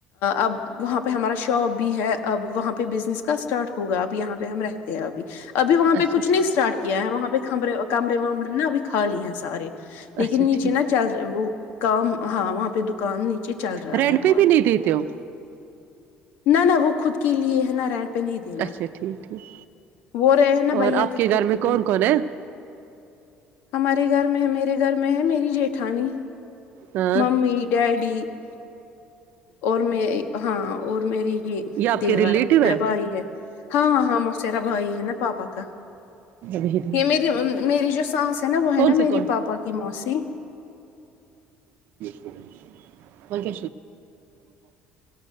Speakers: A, on the left; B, on the right.
A: اب وہاں پہ ہمارا شاپ بھی ہے اب وہاں پہ بزنس کا اسٹارٹ ہوگا اب یہاں پہ ہم رہتے ہیں ابھی ابھی وہاں پہ
B: اچھا
A: کچھ
B: ٹھیک
A: نہیں اسٹارٹ کیا ہے وہاں پہ کھمرے کمرے ومرے نہ ابھی کھالی ہیں سارے لیکن
B: اچھا
A: نیچے
B: ٹھیک
A: نا چل وہ کام ہاں وہاں پہ دکان نیچے چل رہا
B: رینٹ
A: ہے ہمارا
B: پہ بھی نہیں دیتے ہو
A: نہ نہ وہ خود کے لیے ہے نا رینٹ پہ نہیں دینا
B: اچھا
A: ہے
B: ٹھیک ٹھیک
A: وہ رہے ہیں نا
B: اور
A: بھیا
B: آپ کے
A: خود
B: گھر میں
A: لیے
B: کون کون ہے
A: ہمارے گھر میں میرے گھر میں میں میری جیٹھانی
B: ہاں
A: ممی ڈیڈی ج <inaudible> اور میں ہاں اور میری یہ
B: یا آپ
A: دیور
B: کے ریلیٹو
A: میرا
B: ہے
A: بھائی ہاں ہاں موسیرا بھائی ہے نا پاپا کا
B: گے
A: یہ میری میری جو سانس ہے نا وہ
B: کون
A: ہے نا
B: سے
A: میری
B: ک
A: پاپا کی موسی
B: ت